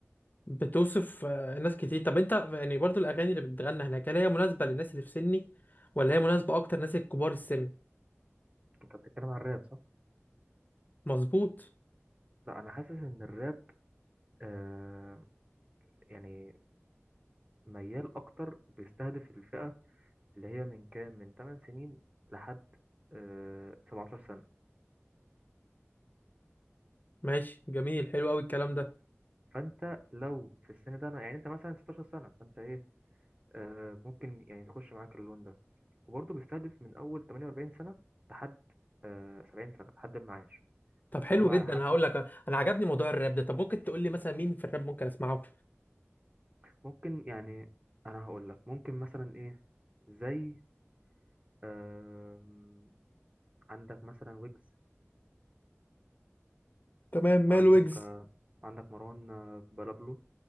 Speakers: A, on the left; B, on the right.
A: بتوصف آه، ناس كتير طب انت يعني برضو الاغاني اللي بتتغنى هناك هل هي مناسبة للناس اللي في سني ولا هي مناسبة اكتر ناس الكبار السن
B: أنت بتتكلم عن الراب صح؟
A: مظبوط
B: لا أنا حاسس إن الراب آه يعني ميال أكتر بيستهدف الفئة اللي هي من كام من 8 سنين لحد آه 17 سنة
A: ماشي جميل حلو قوي الكلام ده
B: فانت لو في السن ده انا يعني انت مثلا 16 سنة فانت ايه آه ممكن يعني تخش معاك اللون ده وبرضه بيستهدف من اول 48 سنة لحد آه 70 سنة لحد المعاش
A: طب حلو
B: فهو على
A: جدا
B: حسب
A: هقول لك انا عجبني موضوع الراب ده طب ممكن تقول لي مثلا مين في الراب ممكن اسمعه
B: ممكن يعني انا هقول لك ممكن مثلا ايه زي آم، عندك مثلا ويجز
A: تمام مال
B: وعندك
A: ويجز
B: آه، وعندك مروان آه، بلابلو